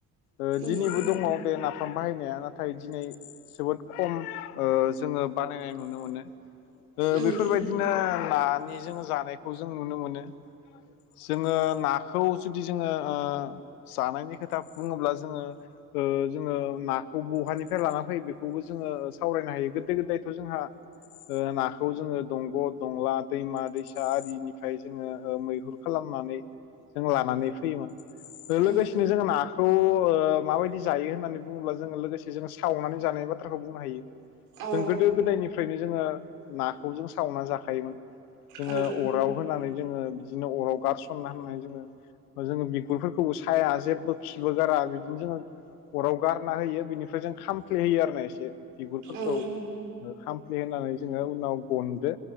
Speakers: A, on the left; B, on the right.
A: ओ दिनैबो
B: उम
A: दङ बे ना खाम बाहायनाया नाथाय दिनै जोबोद खम ओ जोङो बानायनाय नुनो मोनो। ओ
B: उम
A: बेफोरबायदिनो आ जों जानायखौ जों नुनो मोनो। जोङो नाखौ जुदि जोङो ओ जानायनि खोथा बुङोब्ला जोङो ओ जोङो नाखौ बहानिफ्राय लाना फैयो बेखौबो जोङो सावरायनो हायो गोदो गोदायथ' जोंहा ओ नाखौ जोङो दंग' दंला दैमा दैसा आरिनिफ्राय जोङो ओ मैहुर खालामनानै जों लानानै फैयोमोन। लोगोसेनो
B: उम
A: जोंना खौ ओ माबायदि जायो होननानै बुङोब्ला जोङो लोगोसे जोङो सावनानै जानायनि बाथ्राखौ बुंनो हायो
B: औ
A: जों गोदो गोदायनिफ्रायनो जोङो नाखौ जों सावनानै जाखायोमोन। जोङो
B: औ
A: अराव होनानै जोङो बिदिनो अराव। गारसना होन्नाय जोङो जोङो बिगुरफोरखौबो साया जेबो खिबो गारा बिदिनो जोङो अराव गारना होयो बिनिफ्राय जों खामफ्ले होयो आरो ना एसे बिगुरफोरखौ
B: उम
A: ओ खामफ्ले होनानै जोङो उनाव गनदो